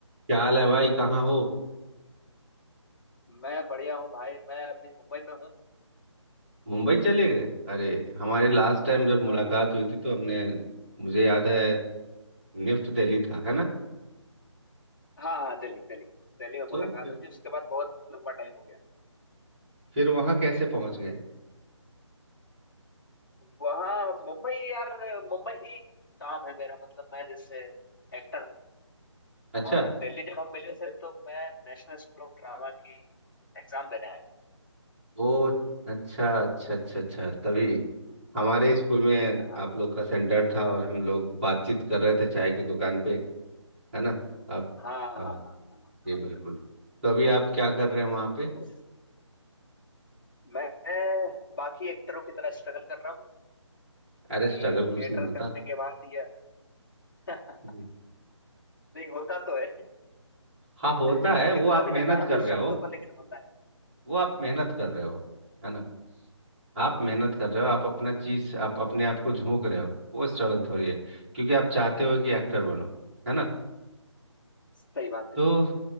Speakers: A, on the right; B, on the left.
A: क्या हाल है भाई कहाँ हो
B: मैं बढ़िया हूँ भाई मैं अभी मुंबई में हूँ
A: मुंबई चले गए अरे हमारी लास्ट टाइम जब
B: हाँ
A: मुलाकात
B: हाँ हाँ
A: हुई थी तो हमने मुझे याद है निफ्ट दिल्ली था है ना
B: हाँ हाँ, दिल्ली दिल्ली दिल्ली में
A: तो
B: मुलाकात
A: फिर
B: हुई थी उसके बाद बहुत लंबा टाइम हो गया
A: फिर वहाँ कैसे पहुँच गए
B: वहाँ मुंबई यार मुंबई ही काम है मेरा मतलब मैं जैसे एक्टर हूँ
A: अच्छा
B: और दिल्ली जब हम मिले थे तो मैं नेशनल स्कूल ऑफ ड्रामा की एग्जाम देने आया था
A: ओ अच्छा अच्छा अच्छा अच्छा तभी हमारे स्कूल में
B: हाँ
A: आप लोग का सेंटर था और हम लोग बातचीत कर रहे थे चाय की दुकान पे है ना आप
B: हाँ हाँ
A: हाँ,
B: हाँ हाँ।
A: जी बिल्कुल तो अभी आप क्या कर रहे हैं वहाँ पे
B: उस- मैं बाकी एक्टरों की तरह स्ट्रगल कर रहा हूँ क्योंकि
A: अरे स्ट्रगल कुछ
B: थिएटर
A: नहीं होता
B: करने के बाद ये <laughs>
A: जी
B: नहीं होता तो है
A: हाँ होता
B: <laughs>
A: है
B: कितना
A: वो आप
B: भी
A: मेहनत
B: नकार
A: कर
B: दो
A: रहे
B: इस
A: हो
B: शब्द को लेकिन होता है
A: वो आप मेहनत कर रहे
B: हम्म,
A: हो है ना आप मेहनत कर रहे हो
B: सही
A: आप अपना
B: है
A: चीज आप अपने आप को झोंक रहे हो वो स्ट्रगल थोड़ी है क्योंकि आप चाहते हो कि एक्टर बनो है ना
B: सही बात
A: तो
B: है